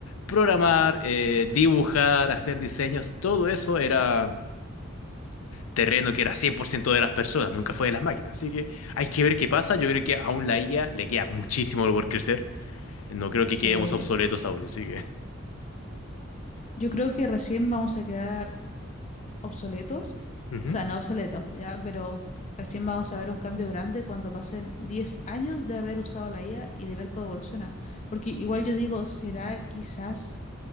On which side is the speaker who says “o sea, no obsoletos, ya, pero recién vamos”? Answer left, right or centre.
Left